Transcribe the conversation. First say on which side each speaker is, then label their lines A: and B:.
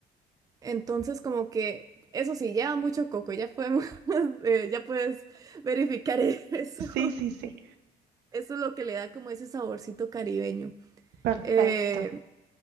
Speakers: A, on the right; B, on the right.
A: Entonces, como que, eso sí, lleva mucho coco, ya podemos, <laughs> eh, ya puedes verificar eso.
B: Sí,
A: <laughs>
B: sí, sí.
A: Eso es lo que le da como ese saborcito caribeño.
B: Perfecto.
A: Eh,